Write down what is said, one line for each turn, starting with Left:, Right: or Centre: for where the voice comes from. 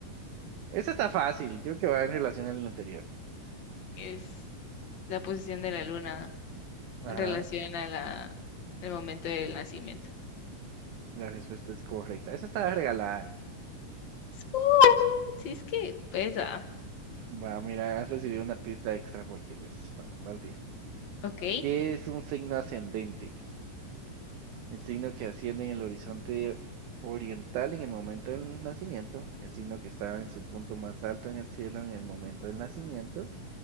Right: Esa está fácil, creo que va en relación al anterior.
Left: Es la posición de la luna
Right: Ajá,
Left: en relación a la, el momento del nacimiento.
Right: la respuesta es correcta. Esa está regalada.
Left: Uh, si es que pesa.
Right: Va, mira, has recibido una pista extra porque pues va, vas bien.
Left: Ok,
Right: ¿Qué es un signo ascendente? El signo que asciende en el horizonte oriental en el momento del nacimiento, el signo que estaba en su punto más alto en el cielo en el momento del nacimiento,